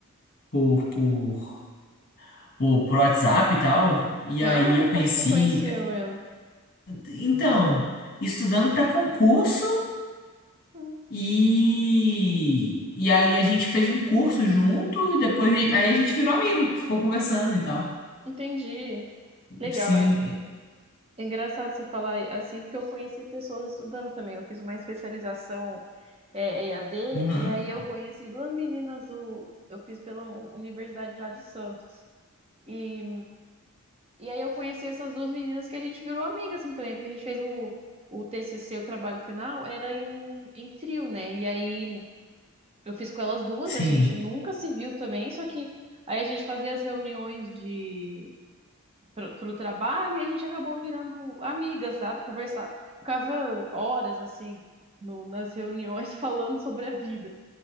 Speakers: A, on the left; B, on the right.
A: por, por, por, por WhatsApp e tal. E
B: Ah,
A: aí eu conheci.
B: como você conheceu ela?
A: Então, estudando para concurso.
B: Hum,
A: E, e aí a gente fez um curso junto e depois aí a gente virou amigo, ficou conversando e tal.
B: entendi. Legal.
A: Sim.
B: É é engraçado você falar assim, porque eu conheci pessoas estudando também. Eu fiz uma especialização é, EAD,
A: Uhum.
B: e aí eu conheci duas meninas do. Eu fiz pela U- Universidade já de Santos. E E aí eu conheci essas duas meninas que a gente virou amiga assim também, porque a gente fez o, o TCC, o trabalho final, era em, em trio, né? E aí eu fiz com elas duas,
A: Sim.
B: a gente nunca se viu também, só que aí a gente fazia as reuniões de pro, pro trabalho e a gente acabou virando amiga, sabe? Conversar, ficava horas assim no, nas reuniões <laughs> falando sobre a vida.